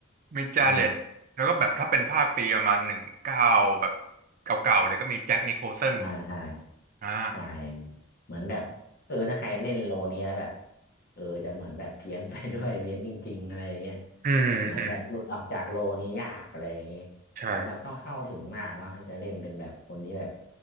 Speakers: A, on the right (about 40°); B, on the left (about 50°).
A: มีจาเล็ตแล้วก็แบบถ้าเป็นภาคปีประมาณหนึ่งเก้าแบบ
B: เออ
A: เก่าๆเลยก็มีแจ็คนิโคลสัน
B: ใช่ใช่
A: อ่า
B: ใช่เหมือนแบบเออถ้าใครเล่นโลนี้แล้วแบบเออจะเหมือนแบบเพี้ยน <laughs> ไปด้วย <laughs> เพี้ยนจริงๆอะไรอย่างเงี้ย
A: อืมอืม
B: เหมือนแบบหลุดออกจากโลนี้ยากอะไรอย่างเงี้ยเหมือนแบบต้องเข้าถึงมากเนาะให้จะเล่นเป็นแบบคนที่แบบ
A: ใช่